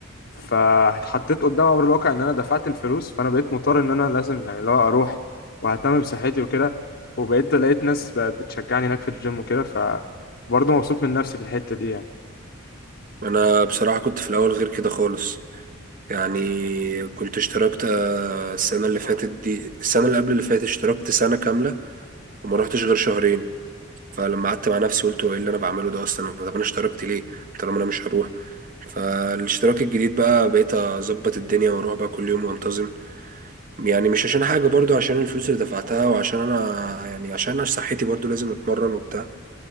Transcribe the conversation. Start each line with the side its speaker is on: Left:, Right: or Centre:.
Left: فاتحطيت قدام امر الواقع ان انا دفعت الفلوس فانا بقيت مضطر ان انا لازم يعني لو اروح واهتم بصحتي وكده وبقيت لقيت ناس ب- بتشجعني هناك في الجيم وكده فبرضه مبسوط من نفسي في الحتة دي يعني
Right: انا بصراحة كنت في الاول غير كده خالص يعني كنت اشتركت السنة اللي فاتت دي السنة اللي قبل اللي فاتت اشتركت سنة كاملة وما رحتش غير شهرين فلما قعدت مع نفسي قلت هو ايه اللي انا بعمله ده اصلا طب انا اشتركت ليه طالما انا مش هروح فالاشتراك الجديد بقى بقيت اظبط الدنيا واروح بقى كل يوم وانتظم يعني مش عشان حاجة برضو عشان الفلوس اللي دفعتها وعشان انا يعني عشان انا صحتي برضو لازم اتمرن وبتاع